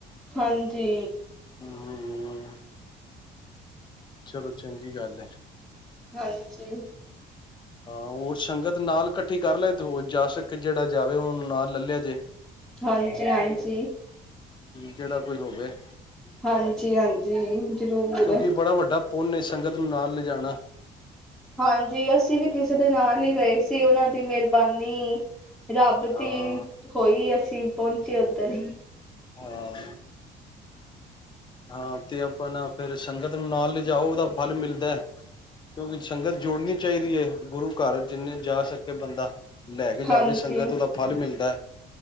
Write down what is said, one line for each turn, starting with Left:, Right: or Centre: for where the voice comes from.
Centre: ਹਾਂਜੀ
Left: ਹਮ ਹਮ ਚਲੋ ਚੰਗੀ ਗੱਲ ਹੈ
Centre: ਹਾਂਜੀ
Left: ਹੋਰ ਸੰਗਤ ਨਾਲ ਇਕੱਠੀ ਕਰ ਲੈ ਤੇ ਉਹ ਜਾ ਸਕੇ ਜਿਹੜਾ ਜਾਵੇ ਉਹਨੂੰ ਨਾਲ ਲੈ ਲਿਆ ਜੇ
Centre: ਹਾਂਜੀ ਹਾਂਜੀ
Left: ਜਿਹੜਾ ਕੋਈ ਹੋਵੇ
Centre: ਹਾਂ ਜੀ ਹਾਂਜੀ ਜ਼ਰੂਰ
Left: ਕਿਉਂਕਿ ਬੜਾ ਵੱਡਾ ਪੁੰਨ ਏ ਸੰਗਤ ਨੂੰ ਨਾਲ ਲਿਜਾਣਾ
Centre: ਹਾਂਜੀ ਅਸੀਂ ਵੀ ਕਿਸੇ ਦੇ ਨਾਲ ਹੀ ਗਏ ਸੀ ਉਹਨਾਂ ਦੀ ਮੇ ਹਰਬਾਨੀ ਰੱਬ
Left: ਹਾਂ
Centre: ਦੀ ਹੋਈ ਅਸੀਂ ਸੀਂ ਪਹੁੰਚੇ ਉੱਧਰ
Left: ਹਾਂ ਹਾਂ ਤੇ ਆਪਾਂ ਨਾ ਫਿਰ ਸੰਗਤ ਨੂੰ ਨਾਲ ਲਿਜਾਓ ਉਹਦਾ ਫਲ ਮਿਲਦਾ ਕਿਉਂਕਿ ਸੰਗਤ ਜੋੜਨੀ ਚਾਹੀਦੀ ਐ, ਗੁਰੂ ਘਰ ਜਿੰਨੇ ਜਾ ਸਕੇ ਬੰਦਾ। ਲੈ ਕੇ ਜਾਵੇ
Centre: ਹਾਂਜੀ
Left: ਸੰਗਤ ਉਹਦਾ ਫਲ ਮਿਲਦਾ ਐ।